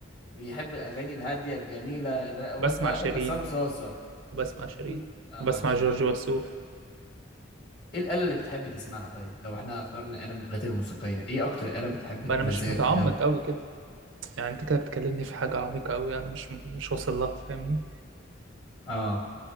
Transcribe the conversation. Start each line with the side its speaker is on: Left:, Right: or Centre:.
Left: بيحب الاغاني الهادية الجميلة الرا- واسألك
Right: بسمع شيرين
Left: عصام صاصة
Right: وبسمع شيرين
Left: اكيد طبعا
Right: وبسمع
Left: شيرين
Right: جورج وسوف
Left: ايه الآلة اللي بتحب تسمعها طيب لو احنا اخترنا آلة من الآلات الموسيقية ايه اكتر آلة بتحب
Right: بقى
Left: تمزجك
Right: انا مش متعمق
Left: كده
Right: قوي كده يعني انت كده بتكلمني في حاجه عميقه قوي انا مش مش واصل لها فاهمني
Left: اه